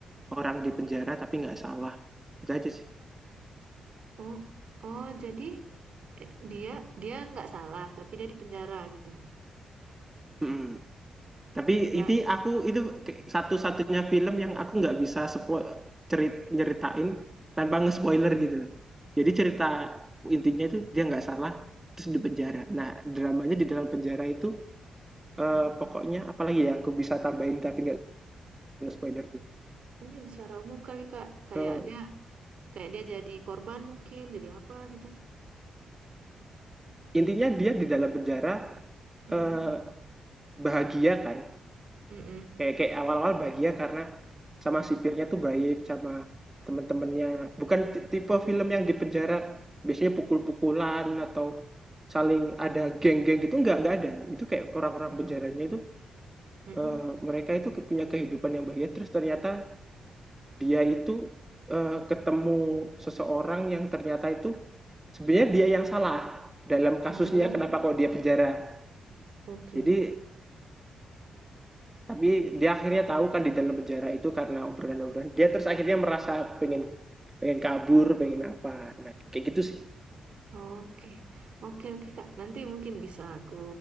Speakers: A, on the right (about 15°); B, on the right (about 60°).
A: orang di penjara tapi nggak salah. Itu aja sih,
B: Oh, oh jadi eh, dia dia nggak salah, tapi dia di penjara gitu.
A: mhm. Tapi
B: Nggak,
A: ini aku itu satu-satunya film yang aku nggak bisa cerit nyeritain tanpa nge-spoiler gitu loh. Jadi cerita intinya itu dia nggak salah, terus di penjara. Nah, dramanya di dalam penjara itu, eee,
B: mm.
A: pokoknya apalagi ya, aku bisa tambahin tapi nggak nge-spoiler?
B: mungkin secara umum kali kak, kayak
A: Eh,
B: dia kayak dia jadi korban mungkin, jadi apa gitu.
A: intinya dia di dalam penjara
B: Mm-mm.
A: eh, bahagia kan
B: Mm-mm.
A: kayak kayak awal-awal bahagia karena sama sipirnya tuh baik sama temen-temennya bukan tipe film yang di penjara biasanya pukul-pukulan atau saling ada geng-geng gitu nggak nggak ada itu kayak orang-orang penjaranya itu
B: Mm-mm.
A: eh, mereka itu punya kehidupan yang bahagia terus ternyata dia itu eh, ketemu seseorang yang ternyata itu sebenarnya dia yang salah dalam kasusnya
B: Oh,
A: kenapa kok dia penjara
B: oke.
A: Jadi tapi dia akhirnya tahu kan di dalam penjara itu karena obrolan-obrolan. Dia terus akhirnya merasa pengen pengen kabur, pengen apa. Nah, kayak gitu sih.
B: Oke, oke, oke Kak. Nanti mungkin bisa aku